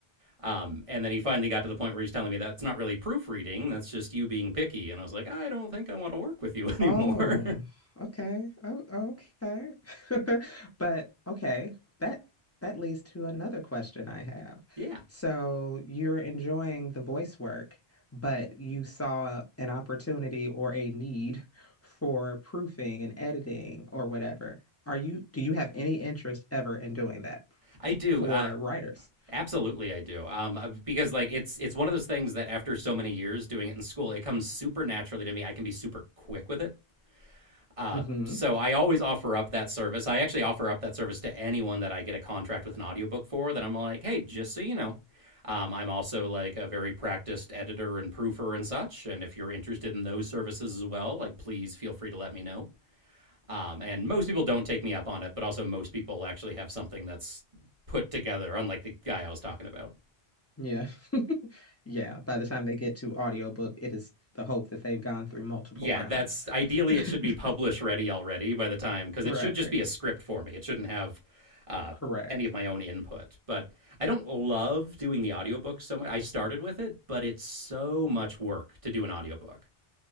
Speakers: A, on the right (about 35°); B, on the left (about 20°).
A: um, and then he finally got to the point where he's telling me that's not really proofreading. That's just you being picky. And I was like, I don't think I want to work with you <laughs> anymore.
B: Oh, okay. Oh, okay. <laughs> But okay, that that leads to another question I have.
A: Yeah,
B: So you're enjoying the voice work, but you saw an opportunity or a need for proofing and editing or whatever. Are you, do you have any interest ever in doing that
A: I do.
B: for
A: Uh,
B: writers?
A: absolutely, I do. Um, uh, because like it's it's one of those things that after so many years doing it in school, it comes super naturally to me. I can be super quick with it. Uh,
B: hmm
A: so I always offer up that service. I actually offer up that service to anyone that I get a contract with an audiobook for. That I'm like, hey, just so you know, um, I'm also like a very practiced editor and proofer and such. And if you're interested in those services as well, like please feel free to let me know. Um, and most people don't take me up on it, but also most people actually have something that's put together, unlike the guy I was talking about.
B: Yeah. <laughs> Yeah. By the time they get to audiobook, it is the hope that they've gone through multiple
A: Yeah,
B: rounds.
A: that's ideally
B: <laughs>
A: it should be publish ready already by the time, because
B: Right.
A: it should just be a script for me. It shouldn't have uh,
B: Correct.
A: any of my own input. But I don't love doing the audiobook so much. I started with it, but it's so much work to do an audiobook.